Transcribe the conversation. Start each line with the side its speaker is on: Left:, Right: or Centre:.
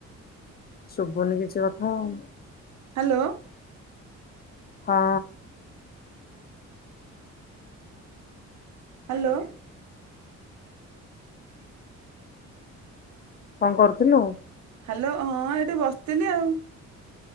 Left: ଶୁଭୁନି କିଛି କଥା ଆଉ
Right: ହ୍ୟାଲୋ
Left: ହଁ
Right: ହ୍ୟାଲୋ
Left: କଣ କରୁଥିଲୁ
Right: ହ୍ୟାଲୋ ହଁ ଏଠି ବସିଥିଲି ଆଉ